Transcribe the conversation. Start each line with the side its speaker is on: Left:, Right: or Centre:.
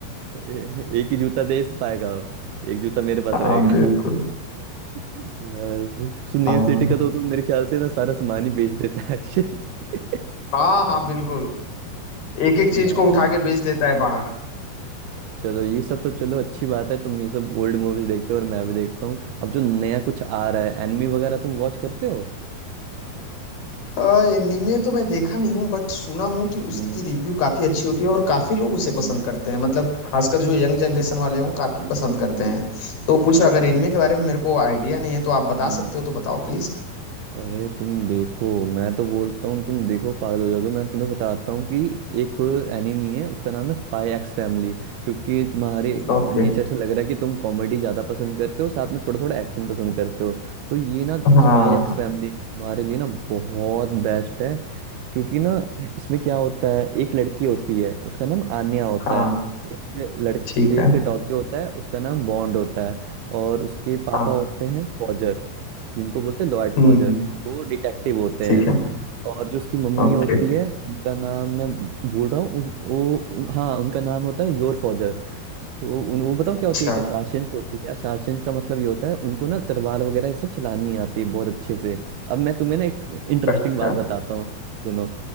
Right: ए- एक ही जूता दे पाएगा एक जूता मेरे पास
Left: हाँ
Right: रहेगा
Left: बिल्कुल
Right: <laughs> यार सुनील
Left: हाँ
Right: शेट्टी का तो, तो मेरे ख्याल से ना सारा सामान ही बेच देता है अक्षय <laughs>
Left: हाँ हाँ बिल्कुल एक एक चीज
Right: यार
Left: को उठा के बेच देता है बाहर
Right: चलो ये सब तो चलो अच्छी बात है तुम ये सब ओल्ड मूवीज देखते हो और मैं भी देखता हूँ अब जो नया कुछ आ रहा है एनिमी वगैरह तुम वॉच करते हो
Left: आ, एनीमे तो मैं देखा नहीं हूँ बट सुना हूँ कि उसकी
Right: हम्म
Left: रिव्यू काफी अच्छी होती है और काफी लोग उसे पसंद
Right: हम्म
Left: करते हैं मतलब खासकर जो यंग जनरेशन वाले हों काफी पसंद करते
Right: हम्म,
Left: हैं तो कुछ अगर
Right: अरे
Left: एनीमे के बारे में मेरे को आइडिया नहीं है तो आप बता
Right: हम्म।
Left: सकते हो तो बताओ प्लीज
Right: अरे तुम देखो मैं तो बोलता हूँ तुम देखो पागल हो जाओगे मैं तुम्हें बताता हूँ कि एक एनिमी है उसका नाम है स्पाई एक्स फैमिली क्योंकि तुम्हारे नेचर
Left: ओके
Right: से लग रहा है कि तुम कॉमेडी ज़्यादा पसंद करते हो साथ में थोड़ा थोड़ा एक्शन पसंद करते हो तो ये ना
Left: हाँ
Right: स्पाई एक्स फैमिली तुम्हारे लिए ना बहुत बेस्ट है क्योंकि ना इसमें क्या होता है एक लड़की होती है उसका नाम आन्या होता
Left: हाँ
Right: है एक लड़
Left: ठीक
Right: एक
Left: है
Right: डॉगी होता है उसका नाम बॉन्ड होता है और उसके पापा
Left: हाँ
Right: होते हैं फॉजर जिनको बोलते हैं लॉयड फॉजर
Left: हम्म हम्म,
Right: तो वो डिटेक्टिव होते
Left: ठीक
Right: हैं
Left: है
Right: और जो उसकी मम्मी
Left: ओके
Right: होती है उनका नाम मैं भूल रहा हूँ उस- वो उन, हाँ उनका नाम होता है योर फॉजर तो उन, वो बताओ क्या
Left: अच्छा
Right: होती है एक अशासंस होती है अशासंस का मतलब ये होता है उनको ना तलवार वगैरह ये सब चलानी आती है बहुत अच्छे से अब मैं तुम्हें ना एक इंटरेस्टिंग
Left: अच्छा
Right: बात बताता हूँ सुनो